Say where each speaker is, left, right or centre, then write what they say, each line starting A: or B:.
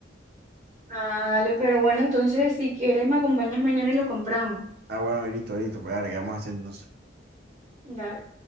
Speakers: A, on the right; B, on the right.
A: Ah, dale, pero bueno, entonces si quieres me acompañas mañana y lo compramos.
B: Ah, bueno, listo, listo, pues dale, ¿qué vamos haciendo?
A: Dale.